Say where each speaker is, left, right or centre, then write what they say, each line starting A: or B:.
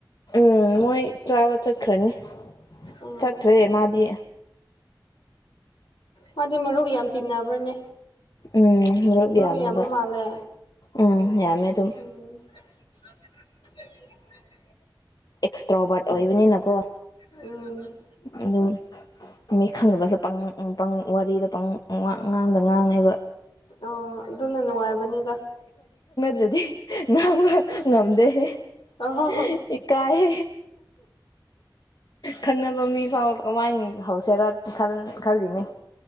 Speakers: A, on the left (about 55°); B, on the left (about 85°).
A: ꯎꯝ ꯃꯣꯏ ꯆꯥꯕ ꯆꯠꯈ꯭ꯔꯅꯤ
B: ꯎꯝ
A: ꯆꯠꯠꯇ꯭ꯔꯦ ꯃꯥꯗꯤ
B: ꯃꯥꯗꯤ ꯃꯔꯨꯞ ꯌꯥꯝ ꯇꯤꯟꯅꯕ꯭ꯔꯅꯦ
A: ꯎꯝ ꯃꯔꯨꯞ ꯌꯥꯝꯃꯦꯕ
B: ꯌꯥꯝꯕ ꯃꯥꯜꯂꯦ
A: ꯎꯝ ꯌꯥꯝꯃꯦ ꯑꯗꯨꯝ
B: ꯎꯝ <unintelligible>
A: ꯑꯦꯛꯁꯇ꯭ꯔꯣꯕꯥꯔꯠ ꯑꯣꯏꯕꯅꯤꯅꯀꯣ
B: ꯎꯝ
A: ꯑꯗꯨꯝ ꯃꯤ ꯈꯪꯗꯕꯁꯨ ꯄꯪ ꯄ ꯋꯥꯔꯤꯗ ꯄꯪ ꯑꯉꯥꯡꯕ ꯉꯥꯡꯉꯦꯕ
B: ꯑꯣ ꯑꯗꯨꯅ ꯅꯨꯡꯉꯥꯏꯕꯅꯤꯗ
A: ꯑꯗꯨꯗꯤ ꯅꯃ ꯉꯥꯎꯗ ꯍꯦ
B: ꯑꯍꯣ ꯍꯣ
A: ꯀꯥꯏ ꯈꯟ ꯃꯤ ꯐꯥꯎꯕ ꯋꯥ ꯍꯧꯁꯦꯔ ꯈꯜ ꯈꯜꯂꯤꯜꯂꯤꯅꯦ